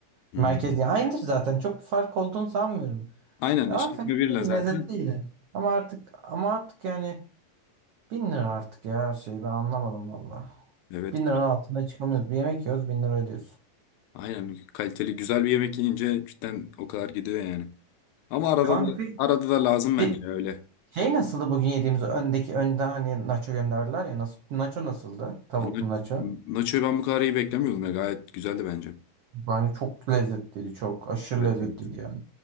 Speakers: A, on the left (about 85°); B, on the right (about 85°).
A: Hmm.
B: Merkez ya aynıdır zaten. Çok bir fark olduğunu sanmıyorum.
A: Aynen
B: Ama
A: işletme
B: fena
A: birla
B: değil,
A: zaten.
B: lezzetli yine. Ama artık ama artık yani Bin lira artık ya her şeyi ben anlamadım valla.
A: Evet.
B: Bin lira altında çıkamıyoruz. Bir yemek yiyoruz bin lira ödüyorsun.
A: Aynen kaliteli güzel bir yemek yiyince cidden o kadar gidiyor yani. Ama arada
B: Kanka
A: da
B: peki
A: arada da lazım
B: Şey,
A: bence öyle.
B: şey nasıldı bugün yediğimiz öndeki önde hani nacho gönderdiler ya nasıl, nacho nasıldı? Tavuklu
A: Na-
B: nacho.
A: Nacho'yu ben bu kadar iyi beklemiyordum ya. Gayet güzeldi bence.
B: Bence çok lezzetliydi çok aşırı
A: Evet,
B: lezzetliydi
A: evet.
B: yani.